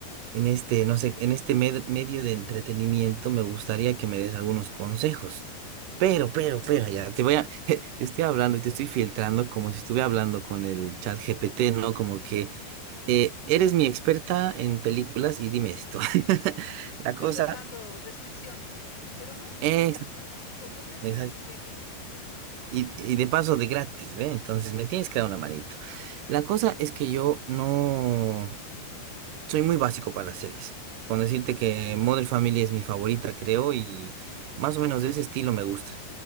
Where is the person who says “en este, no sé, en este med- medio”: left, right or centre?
Right